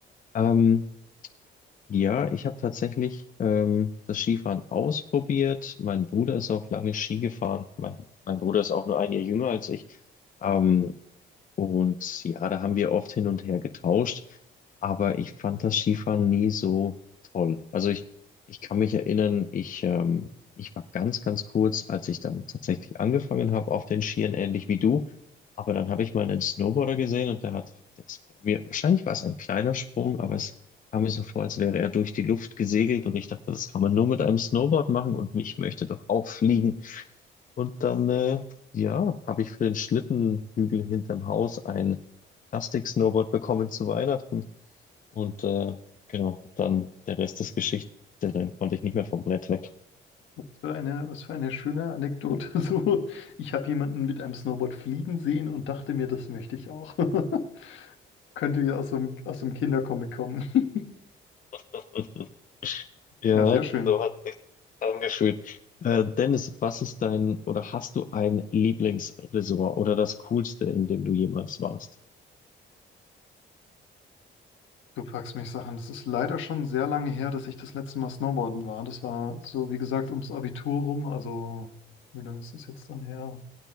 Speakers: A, on the left; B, on the left.
A: Ähm, Ja, ich habe tatsächlich ähm, das Skifahren ausprobiert. Mein Bruder ist auch lange Ski gefahren. Mein, mein Bruder ist auch nur ein Jahr jünger als ich. Ähm, und ja, da haben wir oft hin und her getauscht, aber ich fand das Skifahren nie so toll. Also ich, ich kann mich erinnern, ich, ähm, ich war ganz, ganz kurz, als ich dann tatsächlich angefangen habe auf den Skiern, ähnlich wie du. Aber dann habe ich mal einen Snowboarder gesehen und der hat, der ist vor mir, wahrscheinlich war es ein kleiner Sprung, aber es kam mir so vor, als wäre er durch die Luft gesegelt und ich dachte, das kann man nur mit einem Snowboard machen und mich möchte doch auch fliegen. Und dann, äh, ja, habe ich für den Schlittenhügel hinterm Haus ein Plastik-Snowboard bekommen zu Weihnachten. Und äh, genau, dann der Rest ist Geschichte. Dann konnte ich nicht mehr vom Brett weg.
B: Was für eine, was für eine schöne Anekdote. <laughs> So, ich habe jemanden mit einem Snowboard fliegen sehen und dachte mir, das möchte ich auch. <laughs> Könnte ja aus so einem, aus so einem Kindercomic kommen. <laughs>
A: <laughs> Ja,
B: Ja, sehr schön.
A: so hat sich angefühlt. Äh, Dennis, was ist dein oder hast du ein Lieblingsresort oder das Coolste, in dem du jemals warst?
B: Du fragst mich Sachen. Das ist leider schon sehr lange her, dass ich das letzte Mal Snowboarden war. Das war so, wie gesagt, ums Abitur rum. Also, wie lange ist das jetzt dann her?